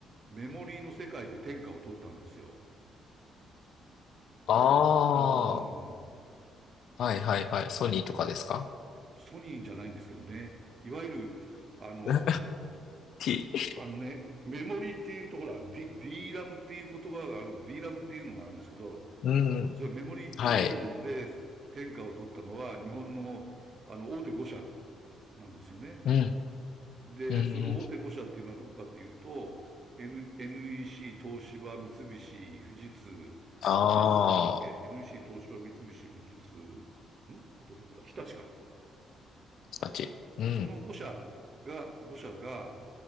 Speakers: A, on the right; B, on the left.
A: メモリーの世界で天下を取ったんですよ。
B: あ
A: その、うん、うん、
B: あー。はいはいはい。ソニーとかですか
A: ソニーじゃないんですけどね。いわゆる、あの、
B: NTT <laughs>。エヌティーテ
A: あのね、メモリーっていうと、ほら、D、D ラムっていう言葉がある、D ラムっていうのがあるんですけど、
B: ィーうん。
A: それメモリーっていうので、
B: はい。
A: 天下を取ったのは、日本の、あの、大手5社なんですよね。
B: うん、
A: で、
B: うん。
A: その大手5社っていうのはどこかっていうと、N、NEC、東芝、三菱、富士通、
B: ああ、
A: あとどこ、どこだっけ ?NEC、東芝、三菱、富士通、んあとどこだ日立か。
B: たち。うん。
A: その5社が、5社が、